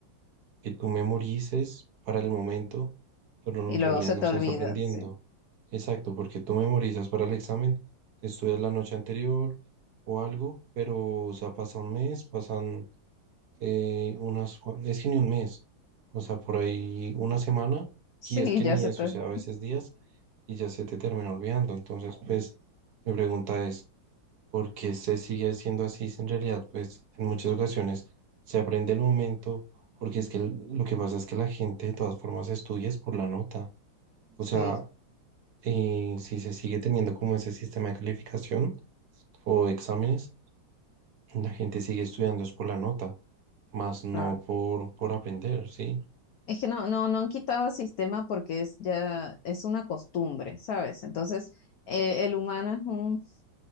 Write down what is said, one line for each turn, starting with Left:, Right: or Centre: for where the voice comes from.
Right: que tú memorices para el momento, pero
Left: Y
Right: en realidad
Left: luego se
Right: no
Left: te
Right: estás
Left: olvida,
Right: aprendiendo.
Left: sí.
Right: Exacto, porque tú memorizas para el examen, estudias la noche anterior o algo, pero, o sea, pasa un mes, pasan eh, unas, cua- es que ni un mes, o sea, por ahí una semana,
Left: Sí,
Right: y es que
Left: ya
Right: ni
Left: se
Right: eso,
Left: te...
Right: o sea, a veces días, y ya se te termina olvidando. Entonces, pues, mi pregunta es, porque se sigue haciendo así, si en realidad, pues en muchas ocasiones se aprende el momento, porque es que el- lo que pasa es que la gente de todas formas estudia es por la nota. O
Left: Sí,
Right: sea, eh, si se sigue teniendo como ese sistema de calificación o exámenes, la gente sigue estudiando es por la nota, más no
Left: claro.
Right: por, por aprender, ¿sí?
Left: Es que no, no, no han quitado el sistema porque es ya, es una costumbre, ¿sabes? Entonces, eh, el humano es un,